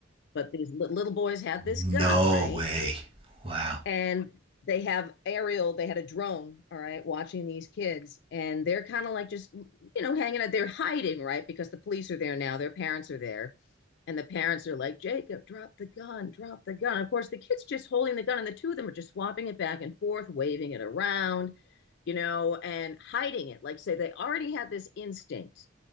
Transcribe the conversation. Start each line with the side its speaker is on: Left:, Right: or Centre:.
Left: But these little boys had this
Right: no
Left: gun, right?
Right: way. Wow.
Left: and they have aerial they had a drone all right watching these kids and they're kind of like just you know hanging out they're hiding right because the police are there now their parents are there and the parents are like jacob drop the gun drop the gun of course the kids just holding the gun and the two of them are just swapping it back and forth waving it around you know and hiding it like say they already had this instinct